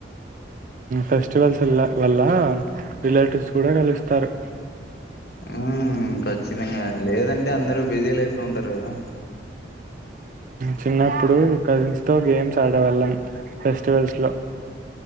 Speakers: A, on the right (about 45°); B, on the left (about 65°).
A: ఫెస్టివల్స్ వల్ల రిలేటివ్స్ కూడ కలుస్తారు
B: ఉ ఖచ్చితంగ లేదంటే అందరు బిజీ లైఫ్ లో ఉంటారు కదా
A: చిన్నప్పుడు కజిన్స్ తో గేమ్స్ ఆడేవాళ్ళం ఫెస్టివల్స్ లో